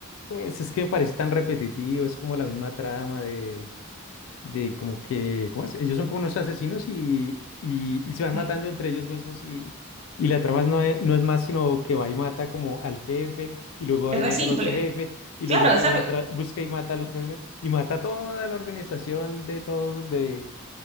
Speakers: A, on the left (about 70°); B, on the right (about 30°).
A: Pues es que me parece tan repetitivo, es como la misma trama de de como que, ¿cómo es? Ellos son como unos asesinos y, y, y se van
B: Mm.
A: matando entre ellos mismos y, y la trama no es, no es más sino que va y mata como al jefe y luego va
B: Es
A: y
B: re
A: mata
B: simple.
A: al otro jefe y luego
B: Claro, esa,
A: va y mata- busca y mata al otro jefe y mata a toda la organización de todos de,